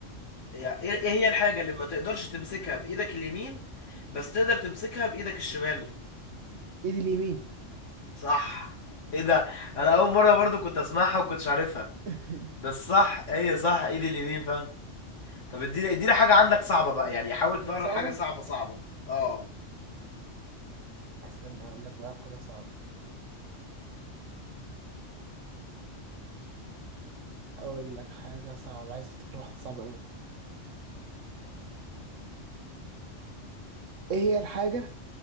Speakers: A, on the left; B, on the right.
A: يعني ايه إيه هي الحاجة اللي ما تقدرش تمسكها بإيدك اليمين بس تقدر تمسكها بإيدك الشمال
B: ايد اليمين
A: صح ايه ده انا اول مرة برضو كنت اسمعها وكنتش عارفها
B: <laughs>
A: بس صح ايه صح ايدي اليمين فعلا طب اديني اديني حاجة عندك صعبة بقى يعني حاول تدور
B: حاجه صعبه
A: على حاجة صعبة صعبة اه
B: استنى اقول لك بقى في حاجه صعبه اقول لك حاجه صعبه عايز افتكر واحده صعبه قوي ايه هي الحاجه